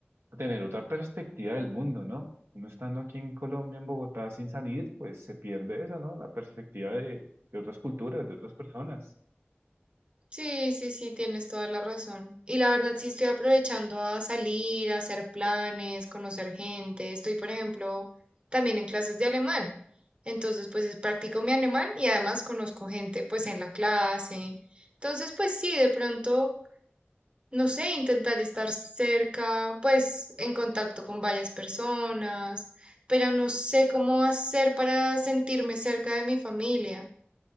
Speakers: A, on the right; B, on the right.
A: a tener otra perspectiva del mundo, ¿no? Uno estando aquí en Colombia, en Bogotá, sin salir, pues se pierde eso, ¿no? La perspectiva de, de otras culturas, de otras personas.
B: Sí, sí, sí, tienes toda la razón. Y la verdad sí estoy aprovechando a salir, a hacer planes, conocer gente. Estoy, por ejemplo, también en clases de alemán. Entonces, pues es- practico mi alemán y además conozco gente, pues en la clase. Entonces, pues sí, de pronto, no sé, intentar estar cerca, pues en contacto con varias personas, pero no sé cómo hacer para sentirme cerca de mi familia.